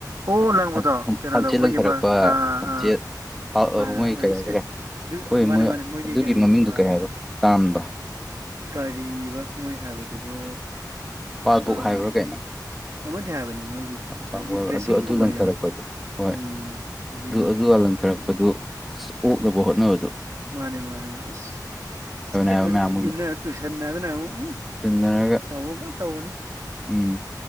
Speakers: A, on the right; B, in the centre.
A: ꯑꯣ
B: ꯑꯥ,
A: ꯂꯪꯕꯗꯣ
B: ꯊꯝ- ꯊꯝ-
A: ꯀꯩꯅꯣꯗꯣ
B: ꯊꯝꯆꯦꯠ
A: ꯃꯣꯢꯒꯤ
B: ꯂꯪꯊꯔꯛꯄ
A: ꯃ ꯑꯥ
B: ꯊꯝꯆꯦꯠ
A: ꯑꯥ
B: ꯄꯥꯜ-
A: ꯃꯥꯅꯦ
B: ꯑ, ꯃꯣꯏ
A: ꯃꯥꯅꯦ
B: ꯀꯔꯤ
A: ꯏꯁ
B: ꯍꯥꯏꯈꯔꯦ
A: ꯁꯦ ꯗꯨ
B: ꯑꯩꯈꯣꯏ
A: ꯃꯥꯅꯦ
B: ꯃꯣꯏ
A: ꯃꯣꯏꯒꯤ
B: ꯑꯗꯨꯒꯤ
A: ꯀꯔꯤ
B: ꯃꯃꯤꯡꯗꯨ
A: ꯑꯥ
B: ꯀꯩ ꯍꯥꯏꯕ ꯇꯥꯝꯗꯣ
A: ꯀꯔꯤꯕ ꯃꯣꯏ ꯍꯥꯏꯕꯗꯨꯕꯨ
B: ꯄꯥꯜꯕꯨꯛ
A: ꯑꯥ
B: ꯍꯥꯏꯕ꯭ꯔꯥ ꯀꯩꯅꯣ
A: ꯑꯃꯗꯤ ꯍꯥꯏꯕꯅꯤ ꯃꯣꯏꯒꯤ
B: ꯍꯣꯏ
A: ꯉꯁꯥꯏꯒꯤ
B: ꯄꯥꯕꯨꯛ ꯍꯥꯏꯕ꯭ꯔꯥ
A: ꯕ꯭ꯂꯦꯁꯤꯡꯒꯨꯝꯕꯅꯦꯕ
B: ꯑꯗꯨ ꯑꯗꯨ ꯂꯪꯊꯔꯛꯄꯗꯣ ꯍꯣꯏ
A: ꯎꯝ ꯑꯗꯨꯒꯤ
B: ꯑꯗꯨꯒ ꯂꯪꯊꯔꯛꯄꯗꯨ ꯑꯗꯨ ꯑꯣꯛꯅꯕ ꯍꯣꯠꯅꯕꯗꯨ
A: ꯃꯥꯅꯦ ꯃꯥꯅꯦ ꯏꯁ ꯆꯦꯟꯗꯅ
B: ꯍꯥꯏꯕ ꯃꯌꯥꯝ
A: ꯏꯟꯅ ꯇꯨꯁꯤꯟꯅꯗꯅ ꯑꯃꯨꯛ ꯎꯝ
B: ꯏꯅꯔꯒ
A: ꯇꯧꯕꯣ ꯐꯖꯅ ꯇꯧꯕꯅꯤ
B: ꯎꯝ